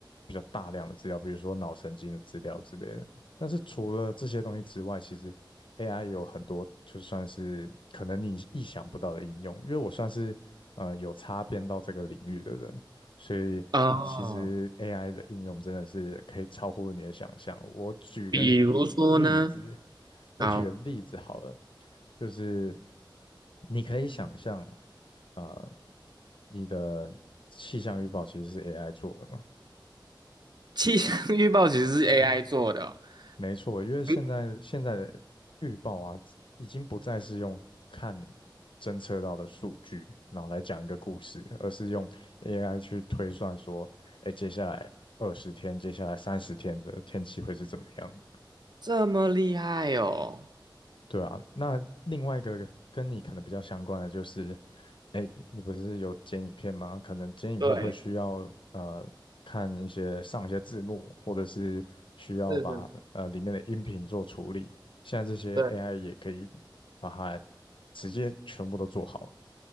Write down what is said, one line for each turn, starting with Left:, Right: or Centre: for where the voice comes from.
Left: 比较大量的资料，比如说脑神经的资料之类的。但是除了这些东西之外，其实 AI 有很多就算是可能你意想不到的应用。因为我算是呃有擦边到这个领域的人，所以其实
Right: 哦，
Left: AI 的应用真的是可以超乎你的想象。我举个例子，
Right: 比如说呢，
Left: 我举个例子好了，
Right: 好，
Left: 就是你可以想象。呃，你的气象预报其实是 AI 做的嘛？
Right: 气象预报其实是 AI 做的
Left: 没错，因为现在现在的预报啊，
Right: 哦嗯
Left: 已经不再是用看侦测到的数据，然后来讲一个故事，而是用 AI 去推算说，哎，接下来二十天，接下来三十天的天气会是怎么样？
Right: 这么厉害哦。
Left: 对啊，那另外一个跟你可能比较相关的就是，哎，你不是有剪影片吗？可能剪影片会需要呃看一些上一些字幕，
Right: 对，
Left: 或者是需要把呃里面的音频做处理。
Right: 是是，
Left: 现在这些
Right: 对，
Left: AI 也可以把它直接全部都做好。